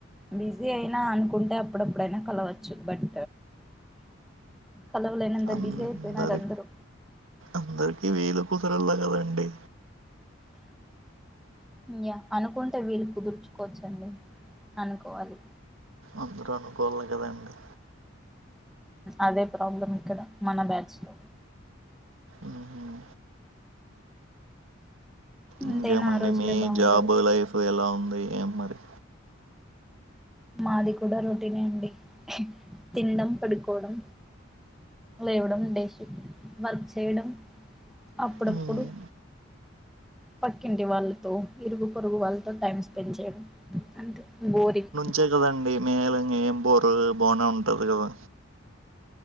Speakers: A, in the centre; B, on the right.
A: బిజీ అయినా అనుకుంటే అప్పుడప్పుడైనా కలవచ్చు బట్ కలవలేనంత
B: అందరి
A: బిజీ అయిపోయినారు అందరూ
B: అందరికి వీలు కుసరలా కదండి
A: ఇ్యా అనుకుంటే వీళ్ళు కుదుర్చుకోవచ్చండి అనుకోవాలి
B: అందరూ అనుకోాలి కదండి
A: అదే ప్రాబ్లం ఇక్కడ మన బ్యాచ్ లో
B: ఉమ్.
A: అంతేనా
B: ఇంకేమండి
A: ఆ రోజులే
B: మీ
A: బాగుండేవి
B: జాబ్ లైఫ్ ఎలా ఉంది ఏ మరి
A: మాది కుడ రొటీనే అండి తినడం పడుకోడం లేవడం డెషిఫ్ట్ వర్క్ చేయౌడం అప్పుడప్పుడు
B: హ్మ్
A: పక్కింటి వాళ్లతో ఇరుగు పొరుగు వాళ్తో టైం స్పెండ్ చేయడం అంతె బోరింగ్
B: చె కదండి మేల ఏం బోరు బానే ఉంటది కదా